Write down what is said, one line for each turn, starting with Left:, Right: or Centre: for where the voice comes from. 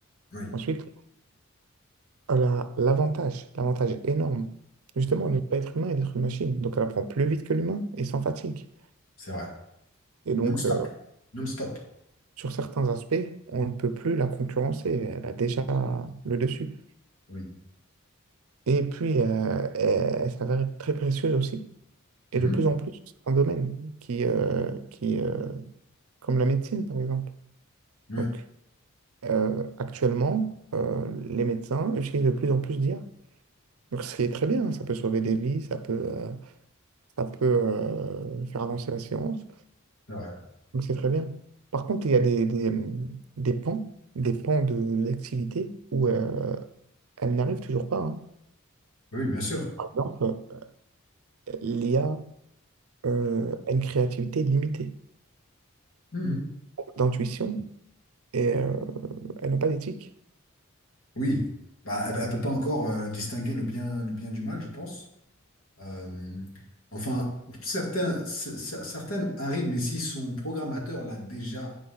Left: Oui,
Right: Ensuite, on a l'avantage, l'avantage énorme, justement, on n'est pas être humain et d'être une machine. Donc, elle apprend plus vite que l'humain et sans fatigue.
Left: c'est vrai.
Right: Et donc,
Left: Non-stop.
Right: euh,
Left: Non-stop.
Right: sur certains aspects, on ne peut plus la concurrencer. Elle a déjà le dessus.
Left: Oui.
Right: Et puis, euh, elle, elle s'avère être très précieuse aussi. Et
Left: Mhm.
Right: de plus en plus sur certains domaines qui, euh, qui euh, comme la médecine, par exemple.
Left: Oui,
Right: Donc, euh, actuellement, euh, les médecins utilisent de plus en plus d'IA. Donc, ce qui est très bien, hein, ça peut sauver des vies, ça peut, euh, ça peut euh, faire avancer la science.
Left: c'est vrai.
Right: Donc, c'est très bien. Par contre, il y a des, des, hum, des pans, des pans de l'activité où euh, elle n'arrive toujours pas. hein.
Left: Oui, bien sûr.
Right: Par exemple, euh, l'IA euh, a une créativité limitée,
Left: Mhm.
Right: d'intuition, et euh, elle n'a pas d'éthique.
Left: Oui, bah, elle ne peut pas encore euh, distinguer le bien, le bien du mal, je pense. Euh, enfin, certains, ce- ce- certaines arrivent, mais si son programmateur l'a déjà